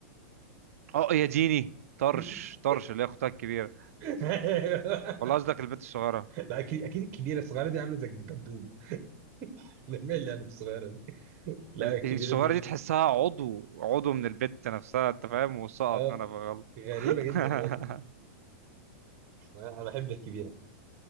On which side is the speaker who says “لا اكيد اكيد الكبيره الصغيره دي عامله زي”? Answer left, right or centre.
Right